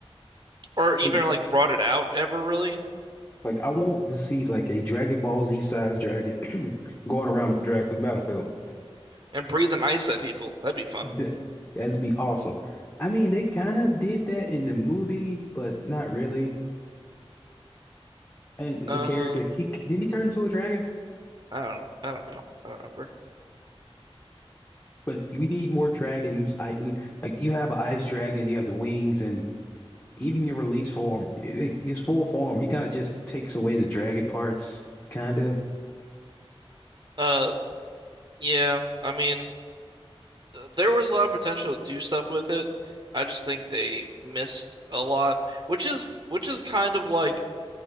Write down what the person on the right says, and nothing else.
Or even
like brought it out ever really
and breathing ice at people. That'd be fun.
Uh
I don't I don't know. I don't remember.
Uh yeah, I mean th- there was a lot of potential to do stuff with it. I just think they missed a lot, which is which is kind of like